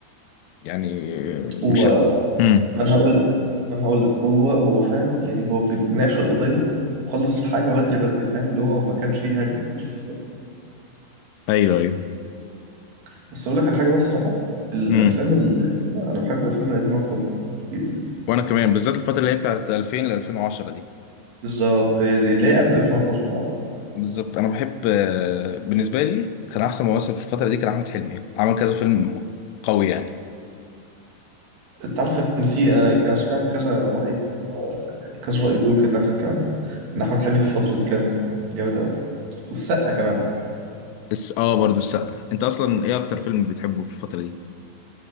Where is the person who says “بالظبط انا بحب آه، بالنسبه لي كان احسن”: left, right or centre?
Left